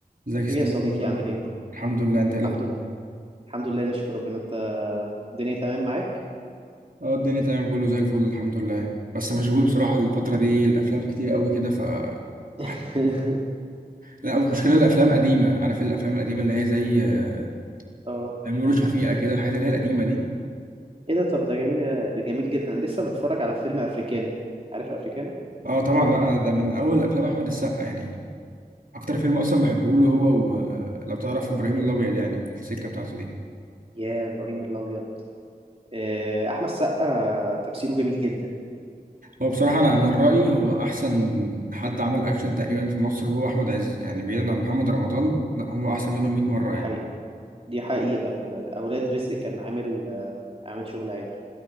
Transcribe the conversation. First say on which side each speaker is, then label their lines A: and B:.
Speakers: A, on the right (about 60°); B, on the right (about 35°).
A: ازيك يا
B: ايه
A: ستيف
B: يا صديقي
A: ايه الاخبار
B: عامل ايه؟
A: الحمد لله انت ايه
B: الحمد
A: الاخبار
B: لله الحمد لله نشكر ربنا انت الدنيا تمام معاك؟
A: اه الدنيا تمام كله زي الفل الحمد لله بس مشغول بصراحه الفتره دي الافلام كتير قوي كده ف
B: <laughs>
A: الواحد لا المشكله الافلام قديمه عارف الافلام القديمه اللي هي زي آه،
B: اه
A: تيمور وشفيقه كده الحاجات اللي هي القديمه دي
B: ايه ده طب ده جميل ده جميل جدا لسه متفرج على فيلم افريكانو عارف افريكانو؟
A: اه طبعا لا أنا ده من اول افلام احمد السقا يعني اكتر فيلم اصلا بحبه له هو ولو تعرف ابراهيم الابيض يعني السكه بتاعته دي
B: يا ابراهيم الابيض آه، احمد السقا تمثيله جميل جدا
A: هو بصراحه انا من رايي هو احسن حد عمل اكشن تقريبا في مصر هو احمد عز يعني بعيدا عن محمد رمضان لا هو احسن منهم 100 مره
B: دي
A: يعني
B: حقيقة دي حقيقة آه، اولاد رزق كان عامل آه، عامل شغل عالي